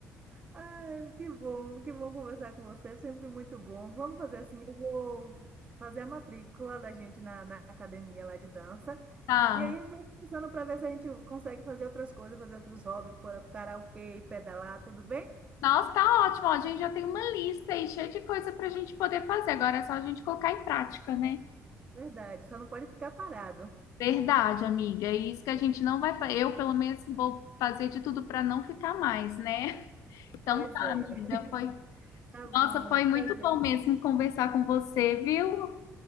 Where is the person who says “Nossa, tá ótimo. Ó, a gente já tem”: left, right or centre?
Left